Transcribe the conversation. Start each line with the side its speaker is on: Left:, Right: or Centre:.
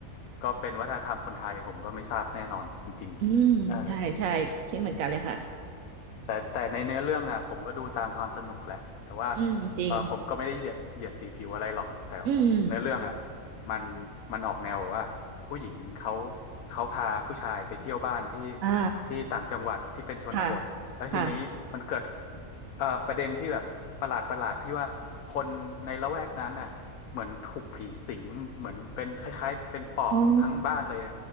Left: ก็เป็นวัฒนธรรมคนไทยผมก็ไม่ทราบแน่นอนจริงๆเออ
Right: อืมใช่ใช่คิดเหมือนกันเลยค่ะ
Left: แต่แต่ในเนื้อเรื่องอ่ะผมก็ดูตามความสนุกแหละแต่ว่า
Right: อืมจริง
Left: เออผมก็ไม่ได้เหยียดเหยียดสีผิวอะไรหรอกแต่
Right: อืม
Left: เนื้อเรื่องอ่ะมันมันออกแนวแบบว่าผู้หญิงเขาเขาพาผู้ชายไปเที่ยวบ้านที่
Right: อ่า
Left: ที่ต่างจังหวัดที่เป็นชนบทแล้วทีนี้มันเกิด
Right: ค่ะค่ะ
Left: เอ่อประเด็นที่แบบประหลาดประหลาดที่ว่าคนในละแวกนั้นน่ะเหมือนถูกผีสิงเหมือนเป็นคล้ายๆเป็นปอบทั้งบ้านเลย
Right: อ๋อ